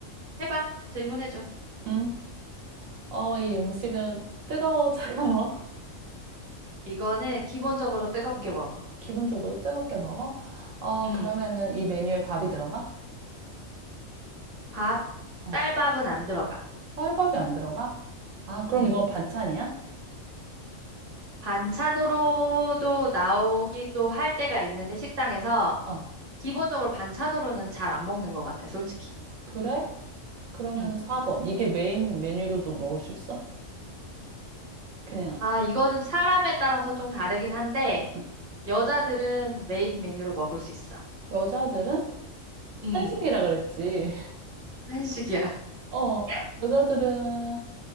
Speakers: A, on the right; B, on the right.
A: 해봐. 질문해줘.
B: 응. 어, 이 음식은 뜨거워, <laughs> 차가워?
A: 이거는 기본적으로 뜨겁게
B: 어,
A: 먹어.
B: 기본적으로 뜨겁게 먹어? 어,
A: 음
B: 그러면은 이 메뉴에 밥이 들어가?
A: 밥,
B: 어,
A: 쌀밥은 안 들어가.
B: 설밥이 안 들어가? 아, 그럼
A: 음
B: 이건 반찬이야?
A: 반찬으로도 나오기도 할 때가 있는데, 식당에서.
B: 어,
A: 기본적으로 반찬으로는 잘 안 먹는 것 같아, 솔직히.
B: 그래? 그러면은
A: 응.
B: 4번. 이게 메인 메뉴로도 먹을 수 있어? 그냥.
A: 아, 이거는 사람에 따라서 좀 다르긴 한데,
B: 응.
A: 여자들은 메인 메뉴로 먹을 수 있어.
B: 여자들은
A: 음,
B: 한식이라 그랬지.
A: 한식이야.
B: <laughs> 어,
A: <laughs>
B: 여자들은